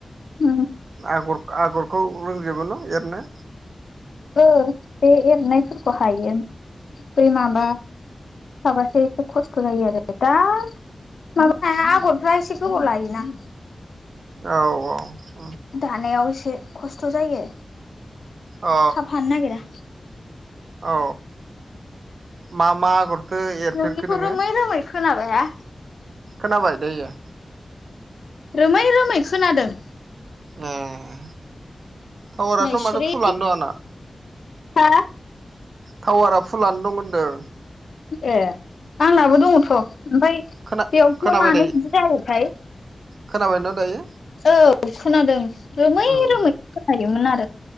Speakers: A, on the left (about 80°); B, on the right (about 75°).
A: उम
B: आगर आगर खौ रोंजोबोन' एरनो
A: ओ बे एरनायफोरखौ हायो बै माबा साबासै एसे खस्थ' जायो आरो दा माबा हाया आगरफ्रा एसे गोबाव लायोना
B: औ औ
A: दानायाव एसे खस्थ' जायो
B: अ
A: थाब हानो नागिरा
B: औ मा मा आगरथो एरफेरखो
A: नोंनिखौ
B: नोङो
A: रोमै रोमै खोनाबाय हाय
B: खोनाबाय दायो
A: रोमै रोमै खोनादों
B: ओम टावाराथ'
A: नै
B: माथो
A: सिरि
B: फुलनो दं आंना
A: हा
B: टावारा फुलानो दं होनदों
A: ए आंनाबो दङथ' ओमफ्राय बेयावथो
B: खोना खोनाबाय
A: मानो
B: दायो
A: बिदि जायोथाय
B: खोनाबायना दायो
A: औ खोनादों रोमै
B: उम
A: रोमै खोनायोमोन आरो